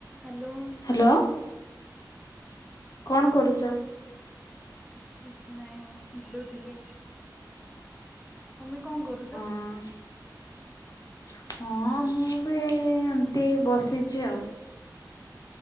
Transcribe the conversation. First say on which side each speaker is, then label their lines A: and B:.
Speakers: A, in the centre; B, on the left.
A: Hello.
B: Hello. କଣ କରୁଛ?
A: କିଛି ନାହିଁ ବୁଲୁଥିଲି। ତମେ କଣ କରୁଛ?
B: ହଁ। ହଁ ମୁଁ ବି ଏମତି ବସିଛି ଆଉ।